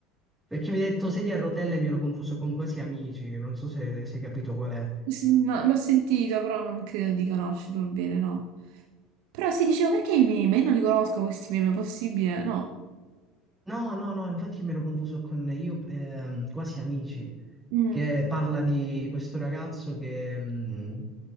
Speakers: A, in the centre; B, on the right (about 60°).
A: Perché mi hai detto sedia a rotelle, mi ero confuso con quasi amici. Non so se, se hai capito qual è.
B: S- no, l'ho sentito, però non credo di conoscerlo bene, no. Però si diceva perché i meme? Io non li conosco questi meme, è possibile? No.
A: No, no, no, infatti me l'ho confuso con Io ehm, quasi amici,
B: Mm, mm,
A: che parla di questo ragazzo che mh,